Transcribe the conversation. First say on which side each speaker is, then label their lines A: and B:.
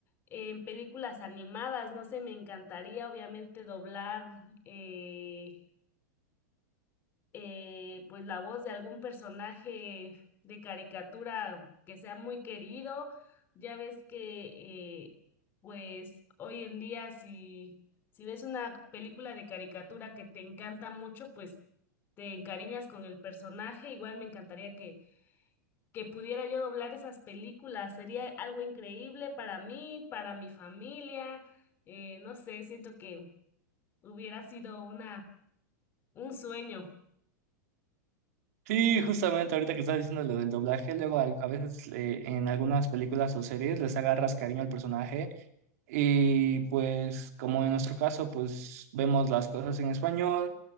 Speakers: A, on the left; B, on the right.
A: en películas animadas. No sé, me encantaría obviamente doblar. eh, eh, pues la voz de algún personaje de caricatura que sea muy querido. Ya ves que eh, pues hoy en día si, si ves una película de caricatura que te encanta mucho, pues te encariñas con el personaje. Igual me encantaría que, que pudiera yo doblar esas películas. Sería algo increíble para mí, para mi familia. Eh, no sé, siento que hubiera sido una, un sueño.
B: Sí, justamente ahorita que estás diciendo lo del doblaje, luego a, a veces eh, en algunas películas o series les agarras cariño al personaje y pues como en nuestro caso pues vemos las cosas en español